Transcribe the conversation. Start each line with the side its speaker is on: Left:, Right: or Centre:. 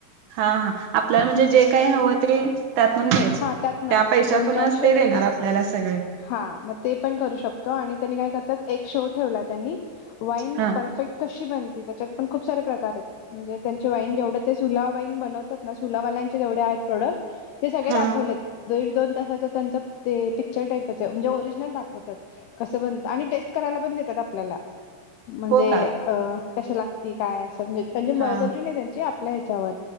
Right: हा हा आपल्याला म्हणजे जे काय हवं ते त्यातून घ्यायचे.
Left: हा त्यातनं
Right: त्या पैशातूनच
Left: दोन चारशे
Right: ते देणार आपल्याला सगळे.
Left: हा मग ते पण करू शकतो आणि त्यांनी काय करतात एक शो ठेवला त्यांनी वाईन
Right: हा.
Left: परफेक्ट कशी बनती त्याच्यात पण खूप सारे प्रकार आहेत. म्हणजे त्यांचे वाईन जेवढं ते सुला वाईन बनवतात ना सुलावाल्यांचे चे आहेत जेवढे प्रोडक ते सगळे
Right: हा.
Left: दाखवलेत दीड, दोन तासाच्या त्यांचा ते पिक्चर टाईपच हे म्हणजे ओरिजिनल दाखवत्यात. कसं बनत आणि टेस्ट करायला पण देतात आपल्याला. म्हणजे
Right: हो का
Left: अ कशी लागती काय असं म्हणजे, म्हणजे बळजबरी
Right: हा
Left: नाही त्यांची आपल्या ह्याच्यावर